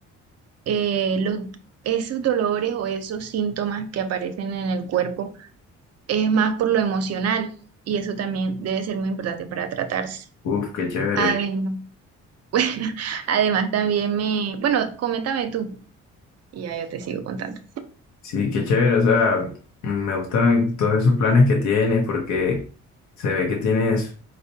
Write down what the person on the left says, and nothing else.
Uf, qué chévere.
Sí, qué chévere, o sea, mm, me gustan todos esos planes que tienes porque se ve que tienes